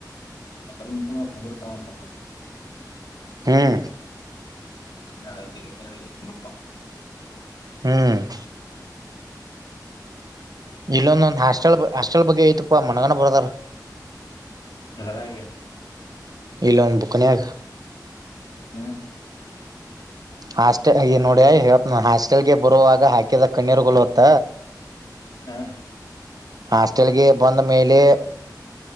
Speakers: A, on the left; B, on the right.
A: ಕ್ಕಲ್ಮಟ್ಟ ಕೊಂದರುತಾವಂದ್ರ
B: ಹ್ಮ್
A: ನಡಗ ರಲ್ಲಕನ್ ಕೊತ
B: ಹ್ಮ್ ಇಲ್ಲೊಂದೊಂದ್ ಹಾಸ್ಟೆಲ್ ಹಾಸ್ಟೆಲ್ ಬಗ್ಗೆ ಐತಿಪ್ಪಾ ಮನಗನ ಬರದಾರ
A: <unintelligible>
B: ಈ ಲೋನ್ ಬುಕ್ನಯಗ
A: ಹ್ಮ್
B: ಹಾಸ್ಟೆಲ್ ನೋಡಿ ಇವತ್ ಹಾಸ್ಟೆಲ್ಗೆ ಬರುವಾಗ ಹಾಕಿದ ಕಣ್ಣೀರುಗಳು ಹೊತ್ತ
A: ಹಾ
B: ಹಾಸ್ಟೆಲ್ಗೆ ಬಂದ ಮೇಲೆ